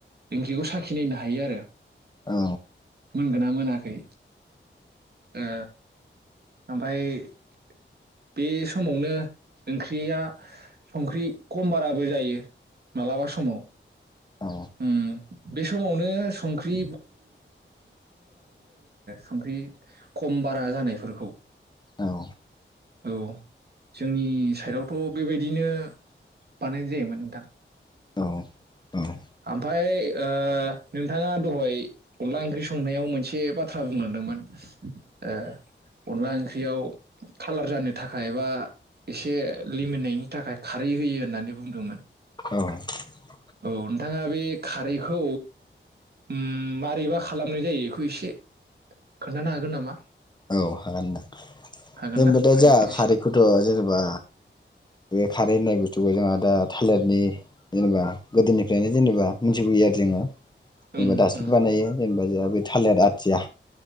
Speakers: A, on the right; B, on the left.
A: ओंख्रिखौ साखिनायनो हायो आरो,
B: औ।
A: मोनगोना मोनाखै। ओ <inaudible> बे समावनो ओंख्रिया संख्रि खम बाराबो जायो मालाबा समाव
B: औ
A: उम। बे समावनो संख्रि संख्रि खम बारा जानाय फोरखौ
B: औ।
A: औ जोंनि साइडआवथ' बेबायदिनो बानायनाय जायोमोन नोंथां
B: औ औ।
A: आमफाय ओ नोंथाङा दहाय अनला ओंख्रि संनायाव मोनसे बाथ्रा बुंलांदोंमोन ओ अनला ओंख्रियाव खालार जानो थाखाय बा एसे लिमोननायनि थाखाय खारै होयो होननानै बुंदोंमोन।
B: औ।
A: औ नोंथाङा बे खारैखौ उम मारैबा खालामनाय जायो बेखौ एसे खोन्थानो हागोन नामा?
B: औ हागोनदां।
A: हागोन
B: जेनेबा
A: ना
B: दा
A: हायोबा
B: जाहा
A: एसे
B: खारैखौथ' जेनेबा बे खारै होननाय बुस्थुखौ जोंहा दा थालिरनि जेनेबा गोदोनिफ्रायनो जेनेबा मिथिबोयो आरो जोङो जेनेबा
A: उम
B: दासिमबो
A: उम
B: बानायो जेनेबा जाहा थालिर आथिया